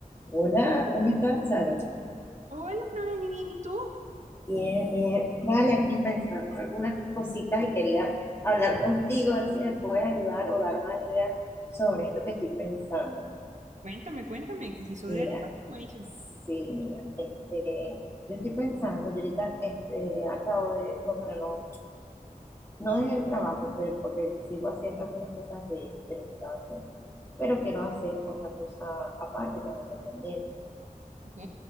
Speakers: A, on the left; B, on the right.
A: Hola, ¿cómo estás, Charo?
B: Hola, Noeli, bien, ¿y tú?
A: Bien, bien. Vale, aquí pensando algunas cositas y quería hablar contigo, a ver si me puedes ayudar o dar más ideas sobre esto que estoy pensando.
B: Cuéntame, cuéntame, que si soy
A: Mira,
B: de Alicante, buenísimo.
A: sí, mira, este, yo estoy pensando, yo ahorita este, acabo de, bueno, no, no dejé el trabajo, pero porque sigo haciendo algunas cosas de, de lo que estaba haciendo, pero quiero hacer otra cosa aparte como independiente.
B: Ok,